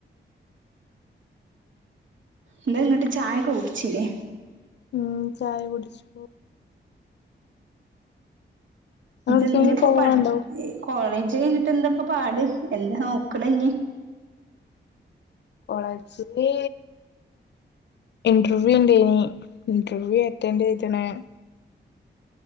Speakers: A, on the right; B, on the left.
A: എന്താ ഇങ്ങട്ട് ചായൊക്കെ കുടിച്ചില്ലേ
B: ഉം ചായ കുടിച്ചു നിങ്ങളെവിടേക്കെങ്കിലും
A: ഇജ്ജ് എന്തിനാപ്പൊ
B: പോവാണ്ടോ
A: പട് കോളജ ഇത് കഴിഞ്ഞിട്ട് എന്താപ്പ പാട് എന്താ നോക്കണഞ്ഞി
B: കോളേജില് ഇന്റർവ്യൂ ഉണ്ടേനി ഇന്റർവ്യൂ അറ്റൻഡ് ചെയ്ത്ണ്